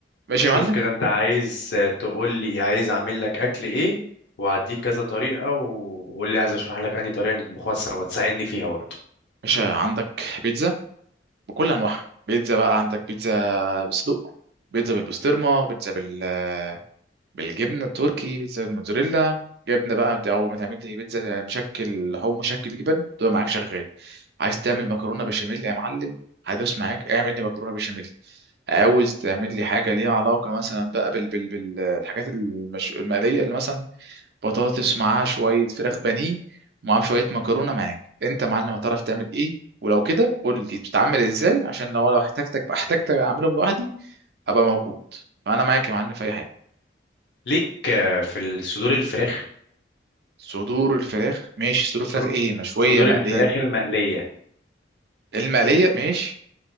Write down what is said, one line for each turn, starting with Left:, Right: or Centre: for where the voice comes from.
Right: ماشي
Left: شوف
Right: يا معلم
Left: كده انت عايز تقول لي عايز اعمل لك اكل ايه وهديك كذا طريقة وقول لي عايز اشرح لك انهي طريقة نطبخها سوا تساعدني فيها برضه
Right: ماشي عندك بيتزا بكل انواعها بيتزا بقى عندك بيتزا بصدق بيتزا بالبسطرمه بيتزا بالفراخ بالجبنه التركي بيتزا الموتزاريلا جبنه بقى او ما تعمل لي بيتزا مشكل لحوم مشكل جبن تبقى معاك شغال عايز تعمل مكرونه بشاميل يا معلم هدوس معاك اعمل لي مكرونه بشاميل عاوز تعمل لي حاجه ليها علاقه مثلا بقى بال بال بالحاجات المش... المقليه اللي مثلا بطاطس معاها شويه فراخ بانيه ومعاهم شويه مكرونه معاك انت يا معلم هتعرف تعمل ايه ولو كده قول لي بتتعمل ازاي عشان لو انا احتاجتك احتاجتك اعملهم لوحدي ابقى موجود فانا معاك يا معلم في اي حاجه
Left: ليك آه، في ال- صدور الفراخ
Right: صدور الفراخ ماشي صدور الفراخ
Left: فر-
Right: ايه مشويه
Left: صدور
Right: مقليه
Left: الفراخ المقلية
Right: المقليه ماشي